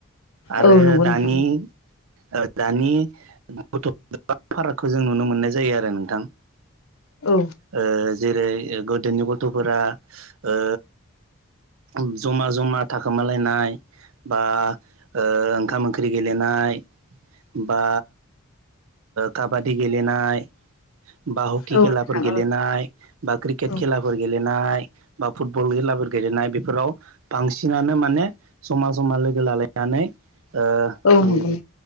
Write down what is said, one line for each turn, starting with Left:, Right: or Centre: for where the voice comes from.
Right: आरो
Left: औ नंगौ
Right: दानि
Left: नोंथां
Right: ओ दानि गथ' फारागखौ जों नुनो मोननाय जायो आरो नोंथां।
Left: औ
Right: ओ जेरै ओ गथ दोनि गथ'फोरा ओ जमा जमा थाखोमालायनाय बा ओ ओंखाम ओंख ख्रि गेलेनाय बा काबादि गेलेनाय। बा हकि
Left: औ
Right: खेलाफोर
Left: नोंथां
Right: गेलेनाय बा क्रिकेट
Left: औ
Right: खेलाफोर गेलेनाय बा फुटबल खेला फोर गेलेनाय बेफोराव बांसिनानो माने जमा जमा लोगो लालायनानै ओ
Left: औ
Right: ओम।
Left: नंगौ